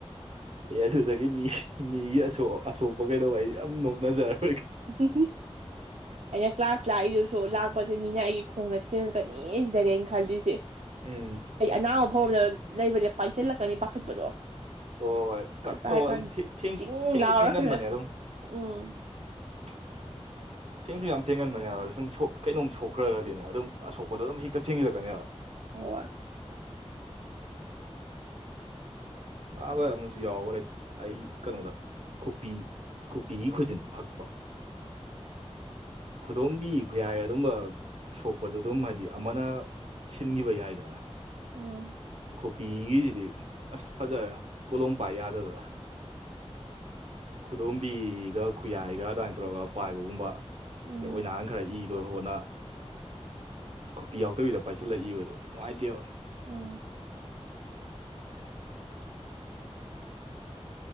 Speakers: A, on the right; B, on the right.
A: ꯑꯩ ꯑꯗꯨꯗꯒꯤ ꯃꯤ ꯃꯤꯒꯤ ꯑꯁꯣꯛꯄ ꯀꯩꯗꯧꯕ ꯑꯩ ꯌꯥꯝ ꯅꯣꯛꯅꯖꯔꯦ
B: ꯎ ꯑꯩꯅ ꯀ꯭ꯂꯥꯁ ꯂꯥꯛꯏꯗꯨꯁꯨ ꯂꯥꯛ ꯑ ꯄꯠꯁꯦ ꯃꯤꯅ ꯑꯩꯒꯤ ꯈꯣꯡꯗ ꯊꯦꯡꯉꯛꯀꯅꯤ ꯁꯤꯗꯅꯦ ꯑꯩꯅ ꯈꯜꯂꯤꯁꯦ
A: ꯎꯝ
B: ꯍꯥꯏꯗꯤ ꯑꯅꯥꯕ ꯐꯥꯎꯗ ꯂꯩꯕꯅꯦ ꯄꯥꯏꯁꯤꯜꯂꯛꯀꯅꯤ ꯄꯥꯈꯠꯄꯗꯣ
A: ꯍꯣꯏ ꯍꯣꯏ ꯀꯛꯇꯧ
B: ꯄꯥꯏꯔ
A: ꯑꯗꯨꯝ
B: ꯀꯥꯟꯗ ꯆꯤꯡ
A: ꯊꯦꯡꯁꯨ
B: ꯂꯥꯎꯔꯒ
A: ꯊꯦꯡꯒꯟꯕꯅꯦ ꯑꯗꯨꯝ
B: ꯎꯝ
A: <unintelligible> ꯊꯦꯡꯁꯨ ꯌꯥꯝ ꯊꯦꯡꯒꯟꯕꯅꯦꯕ ꯁꯨꯝ ꯀꯩꯅꯣꯝ ꯁꯣꯛꯈ꯭ꯔꯒꯗꯤꯅꯦ ꯑꯗꯨꯝ ꯑꯁꯣꯛꯄꯗꯣ ꯑꯗꯨꯝ ꯍꯦꯛꯇ ꯊꯦꯡꯖꯤꯜꯂꯛꯀꯅꯦꯕ
B: ꯍꯣꯏ
A: ꯅꯥꯕ ꯑꯃꯁꯨ ꯌꯥꯎꯈꯔꯦ ꯑꯩ ꯀꯩꯅꯣꯗ ꯈꯨꯄꯤ ꯈꯨꯄꯤꯒꯤ ꯈꯨꯖꯤꯟ ꯐꯛꯄ ꯈꯨꯗꯣꯝꯕꯤ ꯈꯨꯌꯥꯏ ꯑꯗꯨꯝꯕ ꯁꯣꯛꯄꯗꯨ ꯑꯗꯨꯝ ꯍꯥꯏꯗꯤ ꯑꯃꯅ ꯁꯤꯟꯈꯤꯕ ꯌꯥꯏꯗꯅ
B: ꯎꯝ
A: ꯈꯣꯕꯤꯒꯤꯁꯤꯗꯤ ꯑꯁ ꯐꯖꯔꯦ ꯀꯣꯂꯣꯝ ꯄꯥꯏ ꯌꯥꯗꯗ ꯈꯨꯗꯣꯝꯕꯤꯒ ꯈꯨꯌꯥꯏꯒ ꯑꯗꯨꯃꯥꯏꯅ ꯇꯧꯔꯒ ꯄꯥꯏꯕꯒꯨꯝꯕ
B: ꯎꯝ
A: ꯑꯗꯩ ꯑꯣꯏ ꯅꯍꯥꯟ ꯈꯔ ꯏ ꯑꯗꯣ ꯍꯣꯠꯅ ꯈꯨꯄꯤ ꯌꯥꯎꯗꯕꯤꯗ ꯄꯥꯏꯁꯤꯜꯂꯛꯏꯕ ꯑꯗꯣ ꯅꯨꯡꯉꯥꯏꯇꯦꯕ
B: ꯎꯝ
A: <unintelligible>